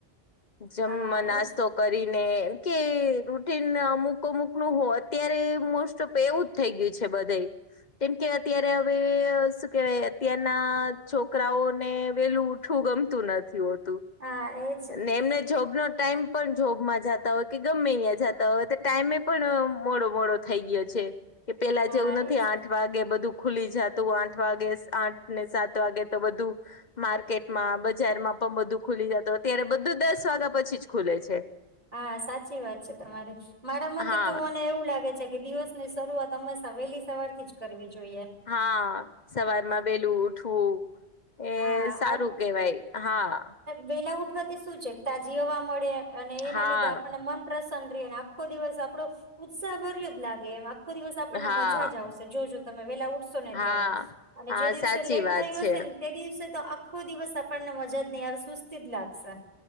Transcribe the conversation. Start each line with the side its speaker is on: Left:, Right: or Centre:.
Left: જમ
Right: હા
Left: નાસ્તો.
Right: એજ
Left: કરીને કે રૂટન અમુક અમુક નું હો અત્યારે મોસ્ટ તો પે એવું જ થઈ ગયું છે બધે. કેમ કે અત્યારે હવે શું કેહેવાય અત્યારના છોકરાઓને વેલું ઊઠું ગમતું નથી હોતું.
Right: હા એ.
Left: ને એમને. જોબનો ટાઈમ પણ જોબમાં જતા હોય કે ગમે ન્યા જતા હોય તો ટાઈમે પણ મોડો મોડો. થઈ ગયો છે કે પેલા
Right: હા
Left: જેવું નથી
Right: એજ
Left: આઠ વાગે બધું. ખુલી જાતું આઠ વાગે આઠ ને સાત વાગે તો બધું. માર્કેટમાં બજારમાં પણ બધું ખુલી જતું અત્યારે બધું દસ વાગ્યા પછી જ ખુલે છે.
Right: હા સાચી વાત છે તમારે મારા મતે
Left: હા
Right: તો મને એવું લાગે છે કે દિવસ ની શરૂઆત હંમેશા વહેલી સવારથી જ કરવી જોઈએ.
Left: હા સવારમાં બેલું ઉઠવું એ
Right: હા
Left: સારું. કેવાય હા.
Right: વેલા ઉઠવાથી શું છે તાજી હવા મળે અને એના
Left: હા હા
Right: લીધે આપણને મન પ્રસન્ન રે અને આખો દિવસ આપડો ઉત્સાહભર્યો જ લાગે એમ. આખો દિવસ આપણને
Left: હા
Right: મજા જ આવશે જોજો તમે વેલા ઉઠશો ને
Left: હા
Right: ત્યારે. અને
Left: હા
Right: જે દિવસે
Left: સાચી
Right: લેટ
Left: વાત
Right: થયું
Left: છે
Right: હશે ને તે દિવસે તો આખો દિવસ આપણને મજા જ નહી આવે સુસ્તી જ લાગશે.